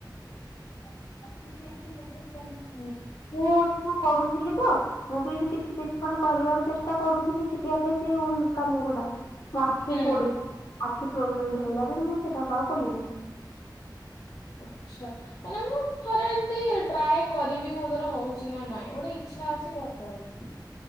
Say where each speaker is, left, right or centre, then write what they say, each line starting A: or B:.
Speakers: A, on the left; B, on the left.
A: <unintelligible>
B: ମୁଁଠ ତୁ କରୁଛି। ଥିଲି ତ ମୁଁ ବି କିଛି ତୀକ୍ଷଣ କରିବାକୁ ଚେଷ୍ଟା କରୁଥିଲି ଶିଖିବା ପାଇଁ ସେ ଉଲ୍ କାମ ଗୁଡା। ମାଖିକି
A: ହୁଁ।
B: ପୋଡିଥିବୁ। ଆଖି ପ୍ରୋବ୍ଲେମ ଧଇଲା ଦିନୁ ସେଇଟାକୁ ଆଉ କଲି ନାହିଁ।
A: ଆଚ୍ଛ ମାନେ ମୁଁ ଥରେ ଏମତି ଟ୍ରାଏ କରିବି ମୋଦ୍ୱାରା ହଉଛି ନା ନାଇଁ ଗୋଟେ ଇଚ୍ଛା ଅଛି କରିଦେବାକୁ।